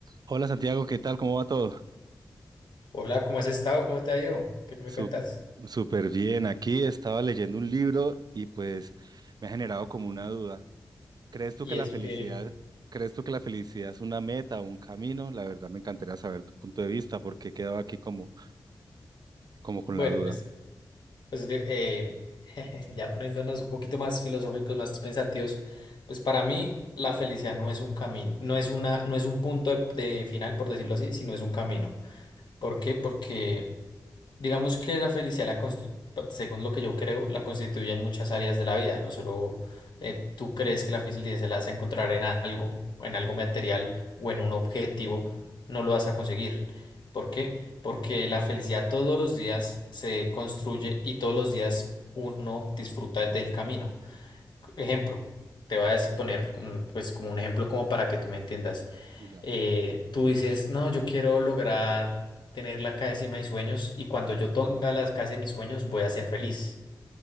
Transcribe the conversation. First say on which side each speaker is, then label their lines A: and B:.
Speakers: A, on the right (about 60°); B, on the left (about 70°).
A: Hola Santiago, ¿qué tal? ¿Cómo va todo?
B: Hola, ¿cómo has estado? ¿Cómo te ha ido? ¿Qué me
A: Su-
B: cuentas?
A: súper bien. Aquí estaba leyendo un libro y pues me ha generado como una duda. ¿Crees tú
B: Y
A: que la
B: eso
A: felicidad,
B: que,
A: crees tú que la felicidad es una meta o un camino? La verdad me encantaría saber tu punto de vista porque he quedado aquí como, como con
B: bueno,
A: la duda.
B: pues, pues de- eh, <laughs> ya poniéndonos un poquito más filosóficos, más pensativos, pues para mí la felicidad no es un camino, no es una, no es un punto de, de final, por decirlo así, sino es un camino. ¿Por qué? Porque Digamos que la felicidad, la constru- según lo que yo creo, la constituye en muchas áreas de la vida. No solo eh, tú crees que la felicidad se la vas a encontrar en algo, o en algo material o en un objetivo, no lo vas a conseguir. ¿Por qué? Porque la felicidad todos los días se construye y todos los días uno disfruta del camino. Ejemplo, te voy a des- poner un, pues como un ejemplo como para que tú me entiendas
A: Ya,
B: eh, tú dices, no, yo quiero lograr tener la casa de mis sueños y cuando yo tenga la casa de mis sueños voy a ser feliz.